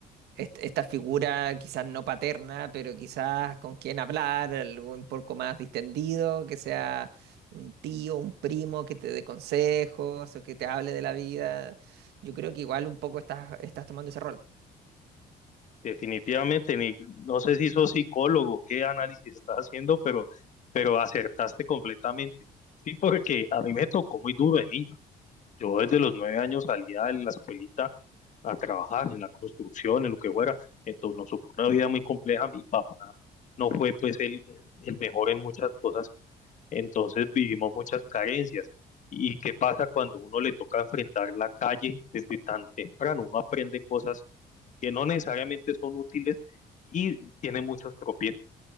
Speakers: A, on the right; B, on the left.
A: est- esta figura quizás no paterna, pero quizás con quien hablar, algo un poco más distendido, que sea un tío, un primo que te dé consejos o que te hable de la vida. Yo creo que igual un poco estás, estás tomando ese rol.
B: Definitivamente, ni- no sé si sos psicólogo, qué análisis estás haciendo, pero, pero acertaste completamente. Sí, porque a mí me tocó muy duro de niño. Yo desde los nueve años salía de la escuelita a trabajar en la construcción, en lo que fuera. Entonces nos ocurrió una vida muy compleja. Mi papá no fue pues el, el mejor en muchas cosas Entonces vivimos muchas carencias. ¿Y qué pasa cuando uno le toca enfrentar la calle desde tan temprano? Uno aprende cosas que no necesariamente son útiles y tiene muchos tropiezos